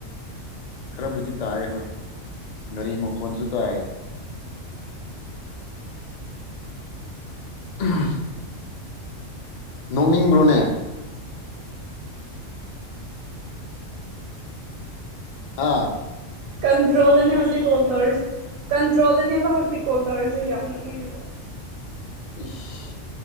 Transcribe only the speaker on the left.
ꯈꯔꯕꯨꯗꯤ ꯇꯥꯏꯑꯦ ꯍꯣꯏ ꯒꯥꯔꯤ ꯃꯈꯣꯟꯁꯨ ꯇꯥꯏ <unintelligible> ꯅꯣꯛꯅꯤꯡꯕ꯭ꯔꯣꯅꯦ ꯑꯥ
ꯏꯁ